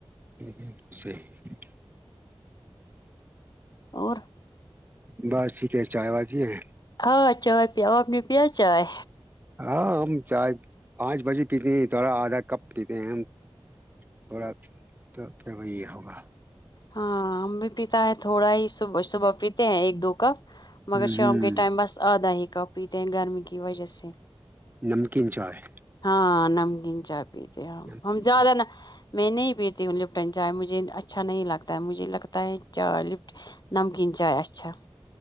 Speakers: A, on the right (about 20°); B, on the left (about 45°).
A: ب بت کھ
B: اور
A: بس ٹھیک ہے چائے وائے بھی ہے
B: ہاں چائے پ آب نو پ چائے
A: ہاں ہم چائے پانچ بجے پیتے ہیں تھوڑا آدھا کپ پیتے ہیں ہم تھوڑا تو پھر وہی ہوگا
B: ہاں ہم بھی پیتا ہے تھوڑا ہی صبح صبح پیتے ہیں ایک دو کا
A: ہ
B: مگر شام
A: ہ
B: کے ٹائم بس آدھا ہی کا پیتے ہیں گرمی کی وجہ سے
A: نمکین چاائے <unintelligible>
B: ہاں نمکین چا پیتے ہم
A: نمکین
B: ہم
A: چائے
B: زیادہ ن میں نہیں پیتی ہوں لپٹن چائے مجھے اچھا نہیں لگا لتا مجھے لگتا ہے چائے لفٹ نمکین چائے اچھا